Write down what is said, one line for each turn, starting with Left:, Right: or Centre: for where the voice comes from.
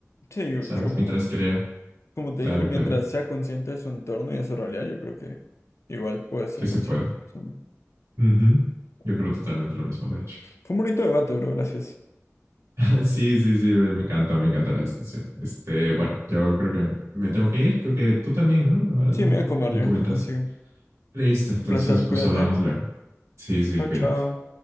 Left: Sí, yo,
Right: ¿sabes?
Left: yo, bueno,
Right: Mientras crea.
Left: como te
Right: Claro,
Left: dije, mientras
Right: claro,
Left: sea consciente de su entorno y de su realidad, yo creo que igual puede ser
Right: que se
Left: consciente.
Right: puede.
Left: persona,
Right: Ujú. Yo
Left: realmente.
Right: creo totalmente lo mismo, de hecho.
Left: Fue un bonito debate, bro, gracias.
Right: <laughs> Sí, sí, sí, me me encantó, me encanta la discusión. Este,
Left: Bueno,
Right: bueno, yo creo que me tengo que ir, creo que tú también, ¿no? Algo
Left: sí, me voy a comer
Right: me
Left: yo,
Right: comentas
Left: así que
Right: Listo, entonces
Left: un placer,
Right: pues
Left: cuídate.
Right: hablamos luego. Sí, sí,
Left: Chao,
Right: cuídate.
Left: chao.